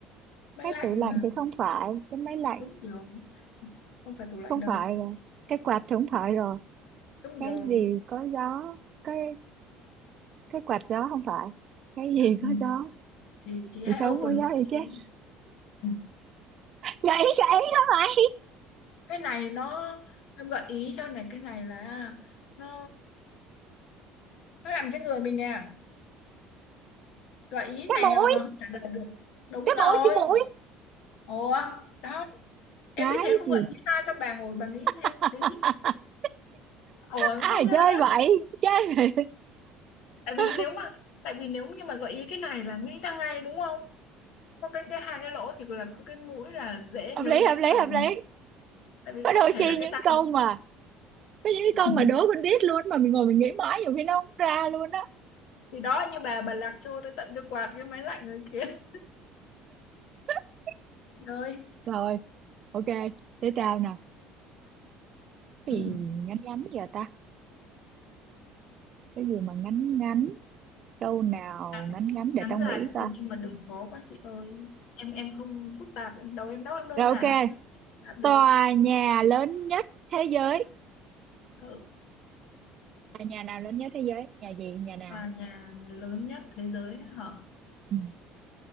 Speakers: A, on the left; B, on the right.
A: máy
B: cái
A: lạnh
B: tủ lạnh
A: là
B: thì không phải cái máy lạnh
A: đúng rồi không phải tủ lạnh
B: không
A: đâu
B: phải rồi cái quạt thì không phải rồi
A: đúng
B: cái
A: rồi
B: gì có gió cái cái quạt gió không phải cái gì
A: ừ.
B: có gió
A: thì chị hãy
B: thì sống
A: open
B: có gió
A: nó
B: thì chết
A: đi. ừ.
B: gãy gãy đó mày
A: cái này nó em gợi ý cho này cái này là nó nó nằm trên người mình nè gợi ý
B: cái
A: này
B: mũi
A: là mà còn không trả lời được đúng
B: cái mũi
A: rồi
B: cái mũi
A: ủa đó Em
B: cái
A: biết thế không
B: gì
A: vậy? Nghĩ ra cho bà ngồi bà nghĩ thêm
B: <laughs>
A: một tí. Ủa
B: ai
A: ngu ghê
B: chơi
A: đó.
B: vậy chơi vậy
A: Tại vì
B: <laughs>
A: nếu mà tại vì nếu như mà gợi ý cái này là nghĩ ra ngay đúng không? Có cái, cái hai cái lỗ thì là có cái mũi là dễ
B: hợp
A: nhớ
B: lý
A: nhất
B: hợp lý
A: rồi.
B: hợp lý
A: Tại vì
B: có
A: không
B: đôi
A: thể
B: khi
A: là
B: những
A: cái tay
B: câu
A: được.
B: mà có những cái
A: <laughs>
B: câu mà đố con đít luôn mà mình ngồi mình nghĩ mãi nhiều khi nó không ra luôn á
A: Thì đó như bà bà lạc trôi tới tận cái quạt cái máy lạnh rồi kia. <laughs>
B: <laughs>
A: Rồi.
B: rồi ok thế tao nè cái
A: Ừ.
B: gì ngắn ngắn giờ ta cái gì mà ngắn ngắn câu nào
A: Ngắn
B: ngắn ngắn để
A: ngắn
B: tao
A: dài
B: nghĩ
A: cũng
B: coi
A: được nhưng mà đừng khó quá chị ơi. Em em không phức tạp, em đầu em đâu em đơn
B: rồi
A: giản
B: ok
A: lắm, không phức tạp được.
B: tòa nhà lớn nhất thế giới
A: Thợ
B: tòa nhà nào lớn nhất thế giới nhà gì nhà nào
A: và nhà lớn nhất thế giới hả?
B: ừ.